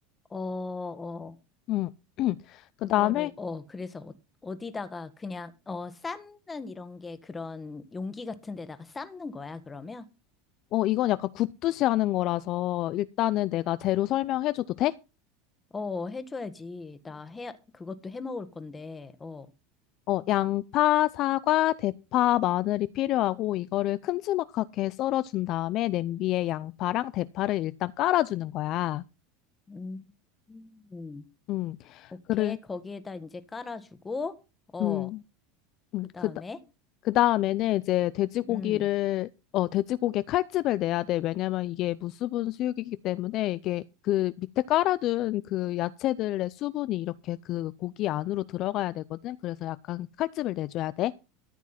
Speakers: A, on the left (about 20°); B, on the left (about 50°).
A: 어, 어,
B: 응. <clears throat> 그
A: 그거를,
B: 다음에
A: 어, 그래서 어, 어디다가 그냥, 어, 삶는 이런 게 그런 용기 같은 데다가 삶는 거야, 그러면?
B: 어, 이건 약간 굽듯이 하는 거라서 일단은 내가 재료 설명해줘도 돼?
A: 어, 해줘야지. 나 해, 그것도 해 먹을 건데, 어.
B: 어, 양파, 사과, 대파, 마늘이 필요하고 이거를 큼지막하게 썰어준 다음에 냄비에 양파랑 대파를 일단 깔아주는 거야.
A: 음, 음.
B: 음,
A: 오케이.
B: 그를,
A: 거기에다 이제 깔아주고, 어,
B: 음, 음,
A: 그 다음에,
B: 그, 그 다음에는 이제 돼지고기를
A: 음,
B: 어 돼지고기에 칼집을 내야 돼. 왜냐면 이게 무수분 수육이기 때문에 이게 그 밑에 깔아둔 그 야채들의 수분이 이렇게 그 고기 안으로 들어가야 되거든. 그래서 약간 칼집을 내줘야 돼.